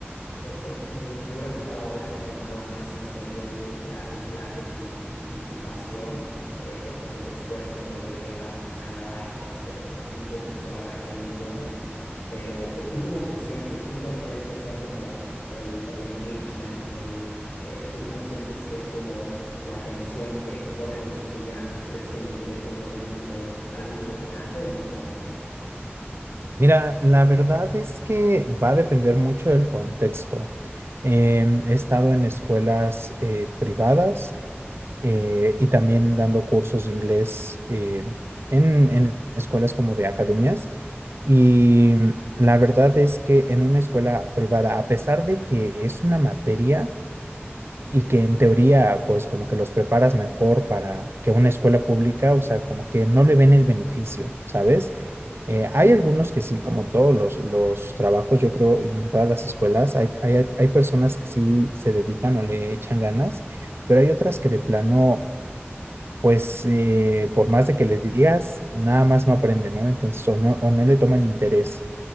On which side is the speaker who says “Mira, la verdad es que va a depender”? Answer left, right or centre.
Right